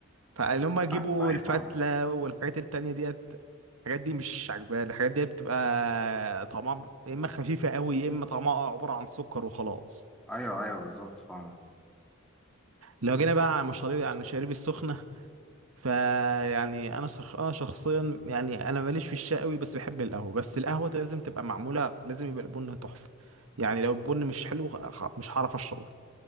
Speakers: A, on the right (about 80°); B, in the centre.
A: فان هم يجيبوا
B: ايوه أيوة،
A: الفتله
B: فاهمك
A: والحاجات التانية ديت الحاجات دي مش عجباني الحاجات دي بتبقى طعمها يا اما خفيفه قوي يا اما طعمها عباره عن سكر وخلاص
B: ايوه ايوه بالظبط فاهمك
A: لو جينا بقى على المشاريب على المشاريب السخنه فيعني انا شخ... انا شخصيا يعني انا ماليش في الشاي قوي بس بحب القهوه بس القهوه لازم تبقى معموله لازم يبقى البن تحفه يعني لو البن مش حلو خ- مش هعرف اشربه